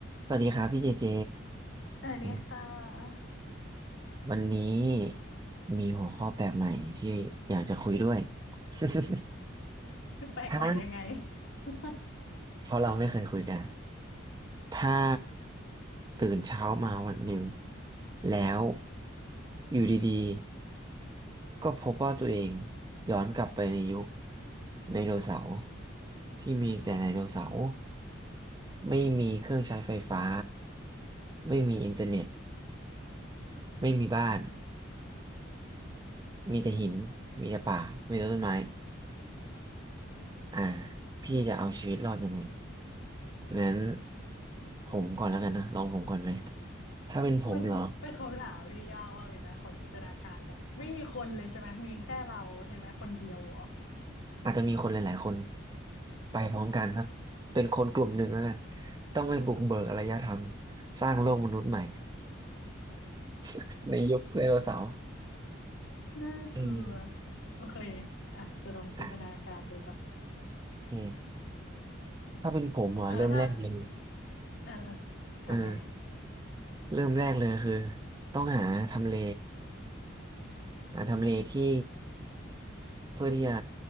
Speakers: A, on the right; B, on the left.
A: สวัสดีครับพี่เจเจ
B: อันนี้ค่ะ
A: อันนี้วันนี้มีหัวข้อแปลกใหม่ที่อยากจะคุยด้วย <laughs>
B: แปลกใหม่ยังไง
A: ถ้า
B: <laughs>
A: เพราะเราไม่เคยคุยกันถ้าตื่นเช้ามาวันหนึ่งแล้วอยู่ดีๆก็พบว่าตัวเองย้อนกลับไปในยุคไดโนเสาร์ที่มีแต่ไดโนเสาร์ไม่มีเครื่องใช้ไฟฟ้าไม่มีอินเทอร์เน็ตไม่มีบ้าน มีแต่หินมีแต่ป่า มีแต่ต้นไม้อ่าพี่จะเอาชีวิตรอดยังไงงั้นผมก่อนแล้วกันนะลองผมก่อนไหม ถ้าเป็นผมเหรอ
B: มันเป็นคำถามที่ยากมากเลยนะขอจินตนาการก่อนไม่มีคนเลยใช่ไหมมีแค่เราใช่ไหมคนเดียวเหรอ
A: อาจจะมีคนหลายๆคนไปพร้อมกันสักเป็นคนกลุ่มหนึ่งแล้วกันต้องไปบุกเบิกอารยธรรมสร้างโลกมนุษย์ใหม่ <laughs> ในยุคไดโนเสาร์
B: น่ากลัว
A: อืม
B: โอเคอ่ะจะลองจินตนาการดูป่ะ
A: อ่ะโอเคถ้าเป็นผมเหรอเริ่มแรกเลย
B: อ่ะแล้วถ้าเออเออทำไง
A: เออเริ่มแรกเลยคือต้องหาทำเลหาทำเลที่ เพื่อที่จะ